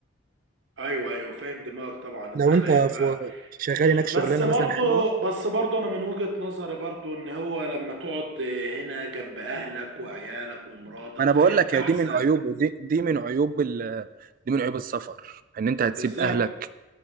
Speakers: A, on the right; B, on the right.
A: ايوه ايوه فاهم دماغك طبعا الدخل
B: لو انت
A: هيبقى
B: في شغال هناك شغلانه
A: بس برضو
B: مثلا حلوه
A: بس برضو انا من وجهة نظري برضو ان هو لما تقعد هنا جنب اهلك وعيالك ومراتك
B: ما انا
A: فاهم
B: بقول لك
A: احسن
B: هي دي من عيوب دي, دي من عيوب ال دي من عيوب السفر ان انت هتسيب
A: بالظبط
B: اهلك